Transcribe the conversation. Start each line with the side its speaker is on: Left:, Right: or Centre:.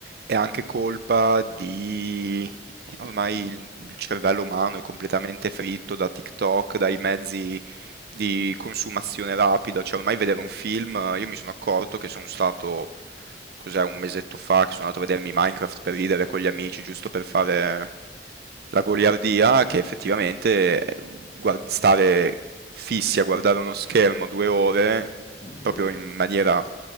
Right: è anche colpa di... Ormai il il cervello umano è completamente fritto da TikTok, dai mezzi di
Left: a
Right: consumazione rapida, cioè ormai vedere un film, io mi sono accorto che sono stato cos'è, un mesetto fa che sono andato a vedermi Minecraft per ridere con gli amici, giusto per fare la goliardia, che effettivamente
Left: te.
Right: eh, guard- stare fissi a guardare uno schermo due ore,
Left: È un impegno,
Right: proprio in maniera,